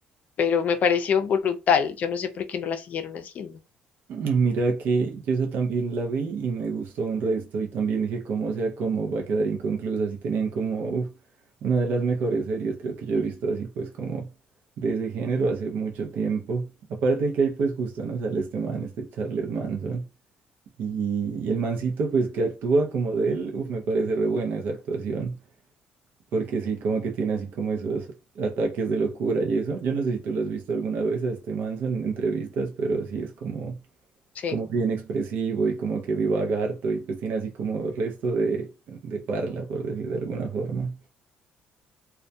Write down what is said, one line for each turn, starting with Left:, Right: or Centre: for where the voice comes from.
Left: pero me pareció brutal. Yo no sé por qué no la siguieron haciendo.
Right: Mira que yo esa también la vi y me gustó un resto y también dije cómo sea, cómo va a quedar inconclusa, si tenían como uf, una de las mejores series creo que yo he visto así pues como de ese género hace mucho tiempo. Aparte de que ahí pues justo no sale este man, este Charles Manson y, y el mancito pues que actúa como de él, uf, me parece re buena esa actuación porque sí como que tiene así como esos ataques de locura y eso. Yo no sé si tú lo has visto alguna vez a este Manson en entrevistas, pero sí es como
Left: Sí,
Right: como bien expresivo y como que divaga harto y pues tiene así como resto de, de parla, por decir de alguna forma.